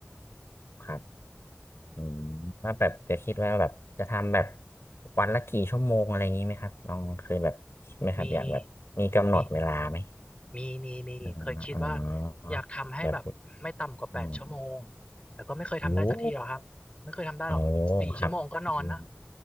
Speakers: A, on the left; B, on the left.
A: ครับอืมแล้วแบบจะคิดว่าแบบจะทำแบบวันละกี่ชั่วโมงอะไรอย่างนี้ไหมครับลองเคยแบบคิดไหมครับอยากแบบมีกำหนดเวลาไหม
B: มีมีมีมีมีเคยคิดว่า
A: อ๋ออ๋อ
B: อยากทำให้แบบไม่ต่ำกว่าแปดชั่วโมง
A: แบบอืม
B: แต่ก็ไม่เคยทำได้สักทีหรอกครับไม่เคยทำได้หรอกสี่ชั่วโมงก็นอนนะ
A: รู้โอ้ครับอม